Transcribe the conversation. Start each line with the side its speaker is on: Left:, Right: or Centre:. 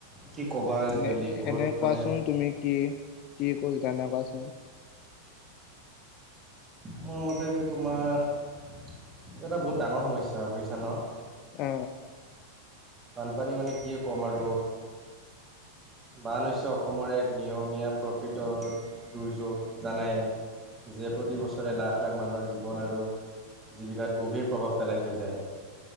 Right: কি ক'বা আজিকালি
Left: উমহ এ
Right: বহুত
Left: এনে
Right: মানে
Left: কোৱাচোন তুমি কি কি কু জানা কোৱাচোন
Right: মোৰ মতে যে তোমাৰ এটা বহুত ডাঙৰ সমস্যা বুয়িছা ন
Left: অ অ
Right: বানপানী মানে কিয়ে ক'ম আৰু বান হৈছে অসমৰ এক নিয়মীয়া প্ৰকৃত দুৰ্যোগ জানাই যিয়ে প্ৰতি বছৰ ৰে লাখ লাখ মানুহৰ জীৱন আৰু জীৱিকাত গভীৰ প্ৰভাৱ পেলাই থৈ যায়